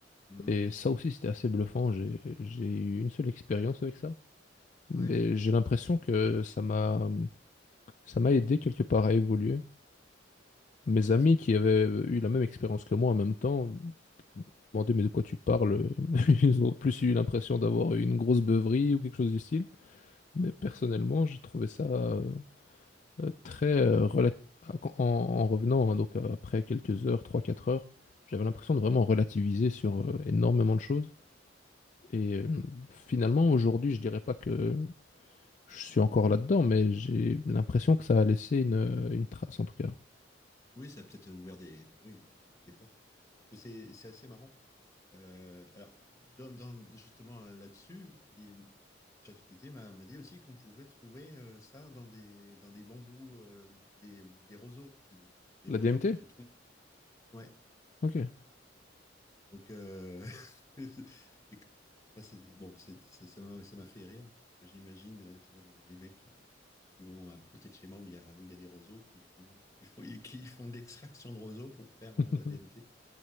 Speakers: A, on the left; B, on the left.
A: Mhm.
B: Et ça aussi, c'était assez bluffant. J'ai, j'ai eu une seule expérience avec ça. Mais
A: ouais,
B: j'ai l'impression que ça m'a, ça m'a aidé quelque part à évoluer. Mes
A: ouais,
B: amis
A: c'est possible.
B: qui avaient euh, eu la même expérience que moi en même temps m'ont demandé, mais de quoi tu parles? <laughs> Ils ont plus eu l'impression d'avoir eu une grosse beuverie ou quelque chose du style. Mais personnellement,
A: Hmm.
B: j'ai trouvé ça euh, euh, très euh, relat- en, en revenant, hein, donc euh, après quelques heures, trois quatre heures, j'avais l'impression de vraiment relativiser sur euh, énormément de choses. Et euh, finalement, aujourd'hui, je dirais pas que je suis encore là-dedans, mais j'ai l'impression que ça a laissé une, euh, une trace en tout cas.
A: Oui, ça a peut-être ouvert des, oui, des, des portes. Mais c'est c'est assez marrant. Euh, alors, dans, dans- justement euh, là-dessus, il- ChatGPT m'a m'a dit aussi qu'on pouvait trouver euh, ça dans des, dans des bambous, euh, des, des roseaux, je veux dire. Des
B: La
A: roseaux
B: DMT?
A: que tu trouves. Ouais.
B: Ok.
A: Donc, euh, <laughs> et que- enfin, c'est- bon, c'est- c'est- ça m'a ça m'a fait rire. Que j'imagine, euh, tu vois, les, les mecs qui, qui vont à côté de chez moi où il y a, où il y a des roseaux qui font, qui font, qui font de l'extraction de roseaux pour faire
B: <laughs>
A: euh, la DMT.